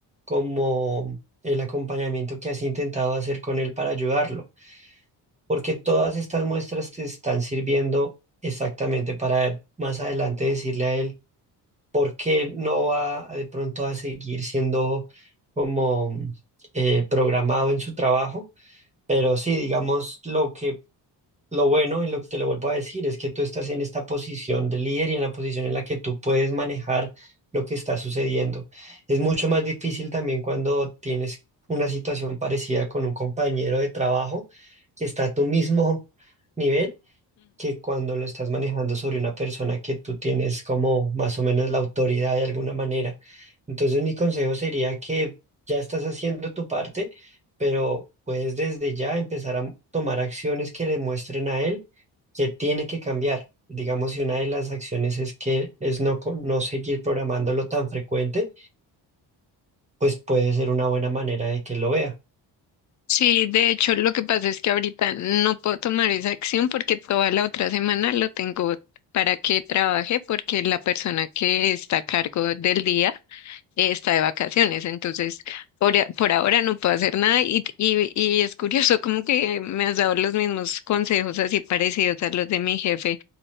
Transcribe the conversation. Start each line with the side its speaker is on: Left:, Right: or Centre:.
Right: como el acompañamiento que has intentado hacer con él para ayudarlo, porque todas estas muestras te están sirviendo exactamente para más adelante decirle a él por qué no va de pronto a seguir siendo como eh, programado en su trabajo. Pero sí, digamos, lo que lo bueno, y lo que te lo vuelvo a decir, es que tú estás en esta posición de líder y en la posición en la que tú puedes manejar lo que está sucediendo. Es mucho más difícil también cuando tienes una situación parecida con un compañero de trabajo que está a tu mismo <laughs> nivel que cuando lo estás manejando sobre una persona que tú tienes como más o menos la autoridad de alguna manera. Entonces mi consejo sería que ya estás haciendo tu parte, pero puedes desde ya empezar a tomar acciones que le muestren a él que tiene que cambiar. Digamos, si una de las acciones es que es no, co- no seguir programándolo tan frecuente, pues puede ser una buena manera de que lo vea.
Left: Sí, de hecho, lo que pasa es que ahorita no puedo tomar esa acción porque toda la otra semana lo tengo para que trabaje porque la persona que está a cargo del día eh, está de vacaciones. Entonces, por, a- por ahora no puedo hacer nada y, y, y es curioso como que me has dado los mismos consejos así parecidos a los de mi jefe